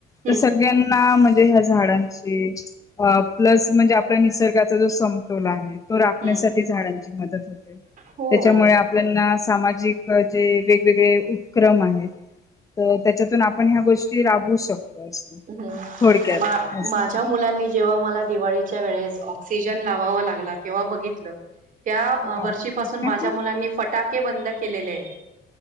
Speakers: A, on the right; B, on the left.
A: हम्म
B: तस सगळ्यांना म्हणजे ह्या झाडांची वा प्लस म्हणजे आपला निसर्गाचा जो समतोल आहे. तो राखण्यासाठी
A: हम्म
B: झाडांची मदत होते
A: हो
B: त्याच्यामुळे आपल्याना सामाजिक जे वेगवेगळे उपक्रम आहेत त्याच्या आपण ह्या गोष्टी राबवू शकतो. असं
A: ह्
B: थोडक्यात
A: म
B: असं
A: -माझ्या मुलांनी जेव्हा मला दिवाळी -- च्या वेळेस ऑक्सिजन लावावा लागला तेव्हा बघितलं. त्या अ
B: बापरे
A: वर्षीपासून माझ्या मुलांनी फटाके बंद केलेले येत.